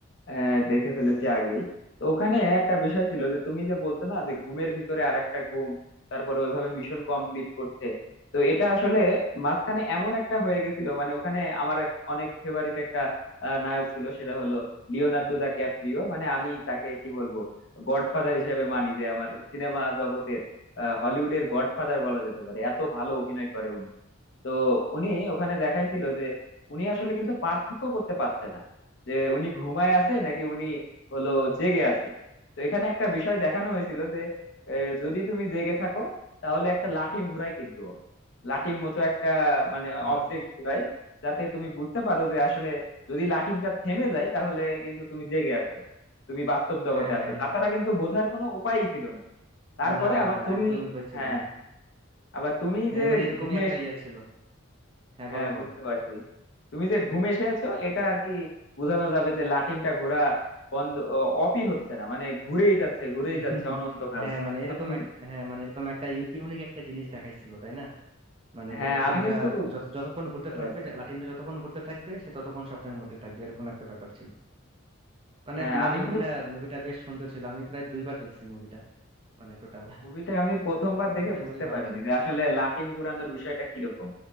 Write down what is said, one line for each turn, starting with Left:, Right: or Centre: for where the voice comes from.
Left: আহ, দেখে ফেলেছি আগেই তো ওখানে একটা বিষয় ছিল যে তুমি যে বলছো না যে ঘুমের ভিতরে আর একটা ঘুম তারপরে ওইভাবে মিশন কমপ্লিট করছে তো এটা আসলে মাঝখানে এমন একটা হয়ে গেছিল মানে ওখানে আমার এক- অনেক ফেভারিট একটা আহ, নায়ক ছিল সেটা হলো লিওনার্দো দা ক্যাপ্রিও মানে আমি তাকে কি বলবো গডফাদার হিসেবে মানি যে আমার সিনেমা জগতের আহ, হলিউডের গডফাদার বলা যেতে পারে এত ভালো অভিনয় করে উনি তো উনি ওখানে দেখাইছিল যে উনি আসলে কিন্তু পার্থক্য করতে পারছে না যে উনি ঘুমায় আছে নাকি উনি হলো জেগে আছে তো এখানে একটা বিষয় দেখানো হয়েছিল যে আহ, যদি তুমি জেগে থাকো তাহলে একটা লাটিম ঘুরায় কিন্তু ও। লাটিম মতো একটা মানে
Right: হুম
Left: অবজেক্ট ঘুরায় যাতে তুমি বুঝতে পারো যে আসলে যদি লাটিমটা থেমে যায় তাহলে কিন্তু তুমি জেগে আছো তুমি বাস্তব জগতে
Right: হ্যাঁ
Left: আছো
Right: হ্যাঁ
Left: তাছাড়া
Right: হ্যাঁ
Left: কিন্তু বোঝার কোনো উপায়ই ছিল না তারপরে
Right: না না
Left: আবার
Right: না
Left: তুমি
Right: একদমই উপায় ছিল
Left: হ্যাঁ
Right: না
Left: আবার তুমি
Right: হ্যাঁ
Left: যে
Right: মানে এরকমই
Left: ঘুমে
Right: একটা ইয়ে ছিল হ্যাঁ
Left: হ্যাঁ
Right: বলো বলো
Left: বুঝতে পারছি তুমি যে ঘুম এসেছো এটা আর কি বোঝানো যাবে যে লাটিমটা ঘোরা বন্ধ অ- অপই হচ্ছে না মানে ঘুরেই যাচ্ছে ঘুরেই
Right: <laughs>
Left: যাচ্ছে অনন্তকাল
Right: হ্যাঁ মানে এরকম
Left: এখন
Right: এক হ্যাঁ মানে এরকম একটা ইউনিক একটা জিনিস দেখাইছিল তাই না মানে
Left: হ্যাঁ
Right: যে লাটিমটা
Left: আমি কিন্তু
Right: যত যতক্ষণ
Left: বুঝতে
Right: ঘুরতে থাকবে
Left: পারছি
Right: যে লাটিমটা যতক্ষণ ঘুরতে থাকবে সে ততক্ষণ স্বপ্নের মধ্যে থাকবে এরকম একটা ব্যাপার ছিল মানে
Left: হ্যাঁ
Right: মানে
Left: আমি
Right: মুভিটা
Left: কিন্তু
Right: মুভিটা বেশ সুন্দর ছিল আমি প্রায় দুইবার দেখছি মুভিটা মানে টোটাল
Left: মুভিটা আমি প্রথমবার দেখে
Right: মুভিটা
Left: বুঝতে
Right: <laughs> খুবই ভালো
Left: পারিনি
Right: ছিল
Left: যে আসলে লাটিম ঘোরানোর বিষয়টা কিরকম